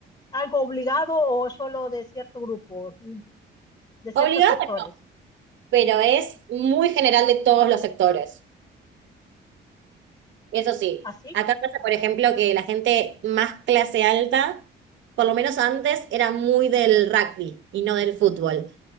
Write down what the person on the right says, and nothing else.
Obligado,
no, pero es muy general de todos los sectores. Eso sí,
acá pasa, por ejemplo, que la gente más clase alta, por lo menos antes, era muy del rugby y no del fútbol.